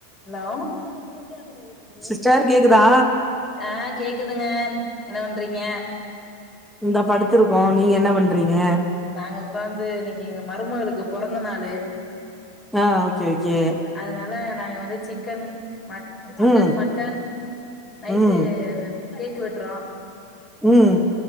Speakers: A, on the left; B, in the centre.
A: Hello சதுல இருந்து
B: sister கேக்குதா
A: வீட்ல ஒரு எட்டு மணிக் கேக்குதுங்கன் என்ன பண்றீங்க
B: இந்தா படுத்துருக்கோ நீங்கென்ன பண்றீங்க
A: நாங்க உக்காந்து இன்னைக்கு எங்க மருமகளுக்கு பொறந்த நாளு
B: ஆ ஓகே ஓகே
A: அதனால நாங்க வந்து சிக்கன் மட் சிக்கன்
B: ம்
A: மட்டன் நைட்டு
B: ம்
A: கேக்கு வெட்றோ
B: ம்